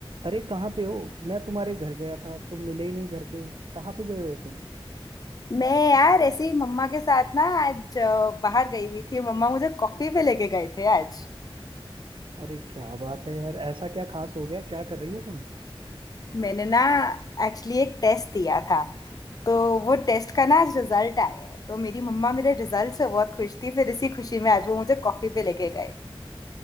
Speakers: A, on the right; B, on the left.
A: अरे कहाँ पे हो मैं तुम्हारे घर गया था तुम मिले ही नहीं घर पे कहाँ पे गए हो तुम
B: मैं यार ऐसे ही मम्मा के साथ ना आज अ, बाहर गई हुई थी मम्मा मुझे कॉफी पे लेके गए थे आज
A: अरे क्या बात है यार ऐसा क्या खास हो गया क्या कर रही हो तुम
B: मैंने ना एक्चुअली एक टेस्ट दिया था तो वो टेस्ट का ना आज रिजल्ट आया है तो मेरी मम्मा मेरे रिजल्ट से बहुत खुश थी फिर इसी खुशी में आज वो मुझे कॉफी पे लेके गए